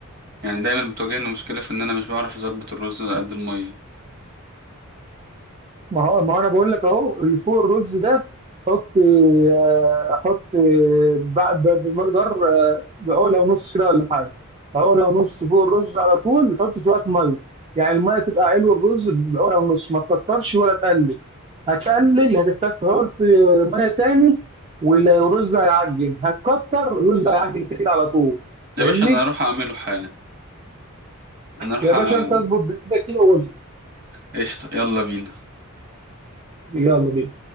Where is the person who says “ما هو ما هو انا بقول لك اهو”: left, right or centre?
Right